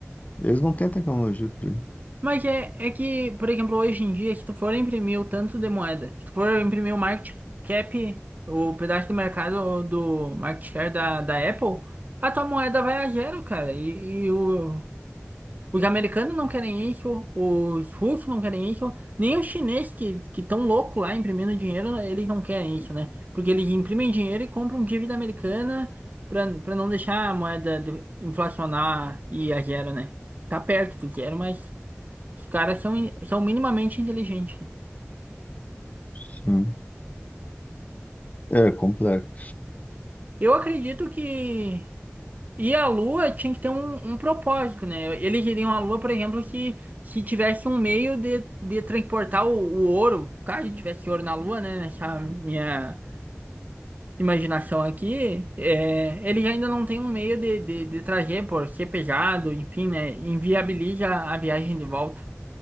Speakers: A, on the left; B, on the right.
A: Eles não têm tecnologia para isso.
B: Mas é, é que, por exemplo, hoje em dia, se tu for imprimir o tanto de moeda, se tu for imprimir o market cap, o pedaço do mercado do market share da, da Apple, a tua moeda vai a zero, cara. E, e o, Os americanos não querem isso, os russos não querem isso, nem os chineses que que estão loucos lá imprimindo dinheiro, eles não querem isso, né? Porque eles imprimem dinheiro e compram dívida americana para para não deixar a moeda de- inflacionar e ir a zero, né? Tá perto do zero, mas os caras são, in- são minimamente inteligentes.
A: Sim. É complexo.
B: Eu acredito que E a Lua tinha que ter um, um propósito, né? Eles iriam a Lua, por exemplo, que, que tivesse um meio de, de transportar o, o ouro. Caso tivesse ouro na Lua, né? Nessa minha imaginação aqui, é, eles ainda não tem um meio de, de, de trazer, por ser pesado, enfim, né? Inviabiliza a viagem de volta,